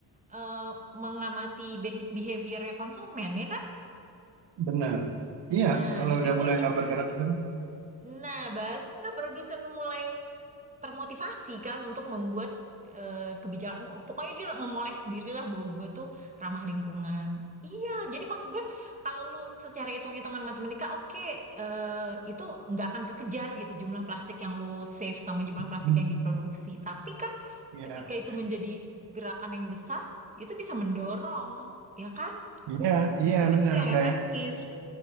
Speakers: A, on the right; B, on the right.
A: eh, mengamati beh- behaviornya konsumen ya kan.
B: benar iya
A: Nah,
B: kalau
A: disitulah
B: udah mulai nggak bergerak ke situ
A: nah baru nggak produsen mulai termotivasi kan untuk membuat eh, kebijakan. Pokoknya dia memoles sendirilah bahwa gue tuh ramah lingkungan. Iya, jadi maksud gue kalau lu secara hitung-hitungan matematika, oke, eh, itu nggak akan kekejar gitu jumlah plastik yang lu save sama jumlah
B: <laughs>
A: plastik yang diproduksi. Tapi kan
B: ya
A: ketika itu menjadi gerakan yang besar, itu bisa mendorong, ya kan?
B: Iya, iya
A: Justru itu
B: bener
A: yang
B: kayak.
A: efektif.